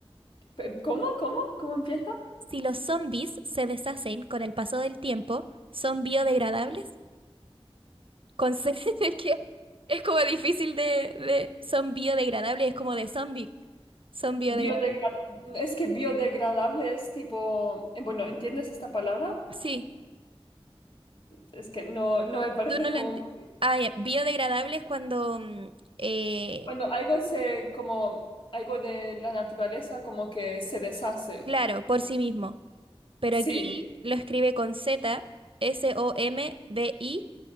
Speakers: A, on the left; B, on the right.
A: Pe- ¿Cómo? ¿Cómo? ¿Cómo empieza?
B: Si los zombies se deshacen con el paso del tiempo, ¿son biodegradables? Con C, <laughs> de que es como difícil de, de... Son biodegradables, es como de zombie. Son biodegradables.
A: Biodegra- es que biodegradable es tipo, eh, bueno, ¿entiendes esta palabra?
B: Sí,
A: Es que no, no me parece
B: tú no
A: como
B: lo entiendes.
A: muy...
B: Ah, ya, Biodegradable es cuando mm, eh,
A: Cuando algo se, como algo de la naturaleza, como que se deshace.
B: Claro, por sí mismo. Pero
A: Sí.
B: aquí lo escribe con Z, S-O-M-B-I